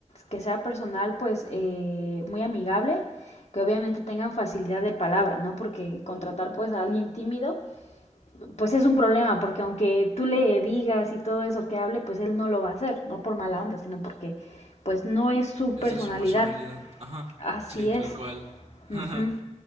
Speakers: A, on the left; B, on the right.
A: que sea personal pues eh, muy amigable, que obviamente tengan facilidad de palabra, ¿no? Porque contratar pues a alguien tímido, pues es un problema, porque aunque tú le digas y todo eso que hable, pues él no lo va a hacer, no por mala onda, sino porque pues no es su personalidad.
B: Esa es su personalidad. Ajá,
A: Así
B: sí,
A: es.
B: tal cual. <laughs>
A: Ujú.